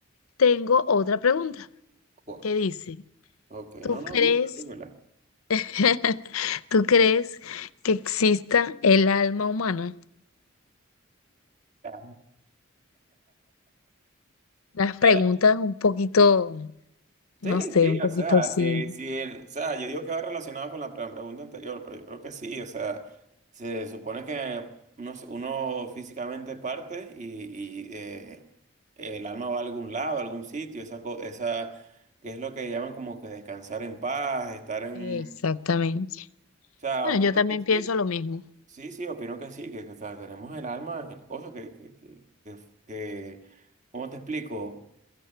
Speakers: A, on the left; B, on the right.
A: tengo otra pregunta
B: Wow.
A: que dice...
B: Ok,
A: ¿Tú
B: no, no,
A: crees?
B: dime, dímela.
A: <laughs> ¿Tú crees que exista el alma humana?
B: Ah.
A: Las
B: <laughs>
A: preguntas un poquito, no
B: Sí,
A: sé,
B: sí,
A: un poquito
B: o sea,
A: así.
B: sí, sí, el- o sea, yo digo que va relacionado con la pre- pregunta anterior, pero yo creo que sí, o sea, se supone que uno, uno físicamente parte y, y, eh, el alma va a algún lado, a algún sitio, esa, co- esa, que es lo que llaman como que descansar en paz, estar en
A: Exactamente.
B: O sea,
A: Bueno,
B: opino
A: yo también
B: que sí,
A: pienso lo mismo.
B: sí, sí, opino que sí, que, que, o sea, tenemos el alma, en cosas que, que, que, que, que- ¿cómo te explico?